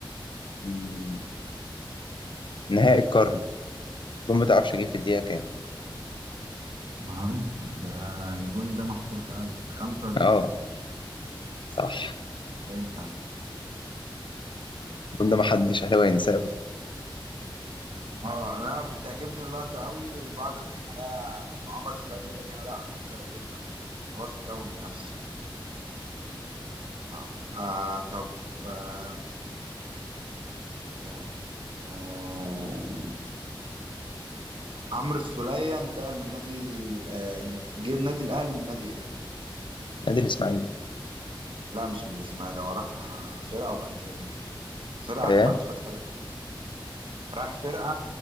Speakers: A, on the left; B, on the right.
A: مم، نهائي القرن الجون بتاع عبش جه في الدقيقة كام؟
B: معروف ده الجون ده محفور في قلبي 85
A: آه صح
B: ثانية
A: الجون ده محدش أهلاوي هينساه أبدا
B: اه انا بتعجبني اللقطه قوي بقعد اضحك عليها لما عمر السعيد يقول لك انا لا انا هنزل اجيب التعادل واثق قوي من نفسه اه, آه طب آه آه آه، عمرو السولية انتقل من نادي ال- آه، جه النادي الاهلي من نادي ايه؟
A: نادي الإسماعيلي
B: لا مش من الاسماعيلي هو راح آه، فرقه وبعد كده جه من- فرقه احمد
A: إيه؟
B: فتحي راح فرقة